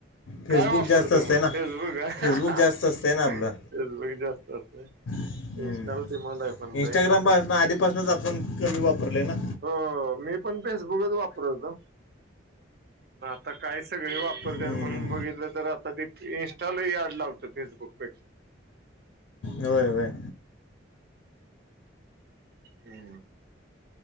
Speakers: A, on the left; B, on the right.
A: फेसबुक
B: काय वापरतो
A: जास्त असते
B: मग
A: ना
B: फेसबुक आहे
A: फेसबुक जास्त असते ना आपलं
B: फेसबुक जास्त असत.
A: हम्म
B: इन्स्टाला डिमांड आहे पण
A: इंस्टाग्राम
B: लय इन्स्टा
A: पाासन आधीपासनच आपण कमी वापरलंय ना.
B: हो मी पण फेसबुकच वापरत होत. आता काय सगळे वापरतात
A: हम्म.
B: म्हणून बघितलं तर आता ते इं्स्टालाही अडलं होत फेसबुकपेक्षा.
A: होय होय.
B: हम्म.